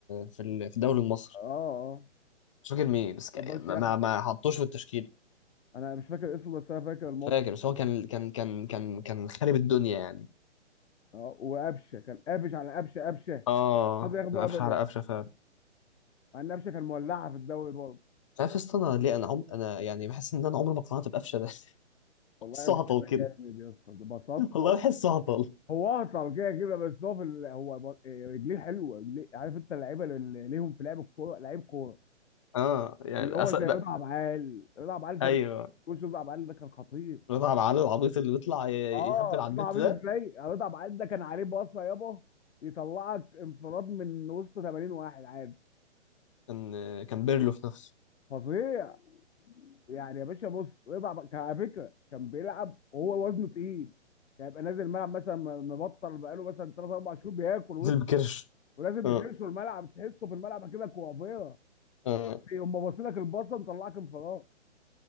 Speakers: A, on the left; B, on the left.
A: في ال- في الدوري المصري
B: اه آه.
A: مش فاكر مين بس كان-
B: ما رضاش
A: ما
B: ياخد
A: ما ما حطوش في التشكيل
B: انا مش فاكر اسمه بس انا فاكر الموقف
A: مش فاكر بس هو كان كان كان كان كان خارب الدنيا يعني
B: اه وقفشه كان قافش على قفشه قفشه
A: اه
B: مش راضي ياخده
A: تبقى
B: ابدا
A: قفشه على قفشه فعلا
B: مع ان قفشه كان مولعه في الدوري برضه
A: مش عارف يا اسطى انا ليه انا عم... انا يعني بحس ان انا عمري ما اقتنعت بقفشه ده <laughs>
B: والله
A: بحسه
B: قفشه
A: هطل كده
B: جامد يا اسطى ده بساطه
A: والله بحسه هطل
B: هو اهطل كده كده بس هو في ال... هو ب- إيه، رجليه حلوه رجليه عارف انت اللعيبه اللي ليهم في لعب الكوره لعيب كوره
A: اه يعني
B: اللي هو
A: أس...
B: زي
A: لا،
B: رضا عبعال رضا عبعال زمان
A: ايوه
B: وش رضا عبعال ده كان خطير
A: رضا على العيال العبيط اللي بيطلع ي-
B: اه
A: يهبل على
B: شوف
A: النت
B: عبيط
A: ده
B: ازاي رضا عبعال ده كان عليه باصه يابا يطلعك انفراد من وسط 80 واحد عادي
A: كان كان بيرلو في نفسه
B: فظيع يعني يا باشا بص رضا عبعال كان على فكره كان بيلعب وهو وزنه تقيل يعني يبقى نازل الملعب مثلا مبطل بقاله مثلا 3 4 شهور بياكل
A: <laughs>
B: ويتخن
A: نزل بكرش
B: ولازم بيكرش
A: اه
B: الملعب تحسه في الملعب كده كوافير
A: اه
B: ايه هم باصين لك الباصه مطلعك انفراد